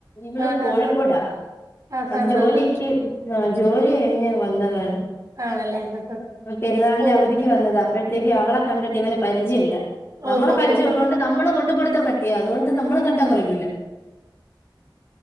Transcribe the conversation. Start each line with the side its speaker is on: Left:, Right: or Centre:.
Left: ഇവള്
Right: ആഹ്
Left: കോഴിക്കോടാ
Right: ആഹ് ആഹ്
Left: അത്
Right: ആഹ്
Left: ജോലിയൊക്കെ
Right: ആഹ്
Left: ആ ജോലി കഴിഞ്ഞ് വന്നതാണ്
Right: ആണല്ലേ ആഹ്
Left: പെരുന്നാളിന്റെ
Right: ഓ
Left: അവധിക്ക് വന്നത് അപ്പോഴത്തേക്ക് അവളെ കണ്ടിട്ട് ഇവന് പരിചയമില്ല
Right: ഓഹോ
Left: നമ്മളെ പരിചയം
Right: ഹോ ഹോ
Left: ഉള്ളത്ണ്ട് നമ്മള് കൊണ്ട് കൊടുത്ത പട്ടിയ അതുകൊണ്ട് നമ്മള് കണ്ടാ കുറയ്ക്കൂില്ല